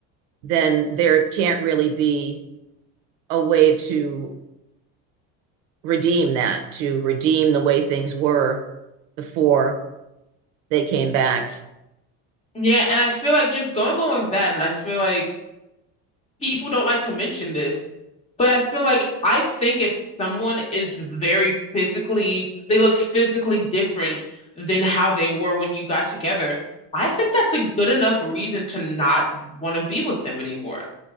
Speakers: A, on the right; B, on the left.
A: then there can't really be a way to redeem that, to redeem the way things were before they came back.
B: Yeah, and I feel like just going on with that, and I feel like people don't like to mention this But I feel like I think if someone is very physically, they look physically different than how they were when you got together, I think that's a good enough reason to not want to be with them anymore.